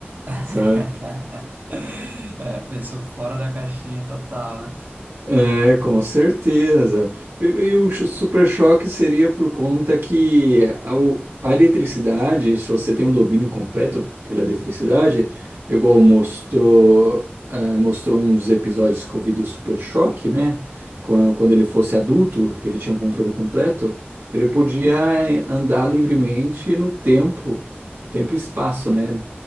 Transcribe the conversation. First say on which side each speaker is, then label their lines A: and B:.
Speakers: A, on the right; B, on the right.
A: <laughs>
B: Sabe?
A: É, pensou fora da caixinha total, né?
B: É, com certeza. E, e o cho- super choque seria por conta que a, o- a eletricidade, se você tem um domínio completo pela eletricidade, igual mostrou, ah, mostrou um dos episódios que eu vi do super choque, né? Quando, quando ele fosse adulto, ele tinha um controle completo, ele podia é, andar livremente no tempo, tempo e espaço, né?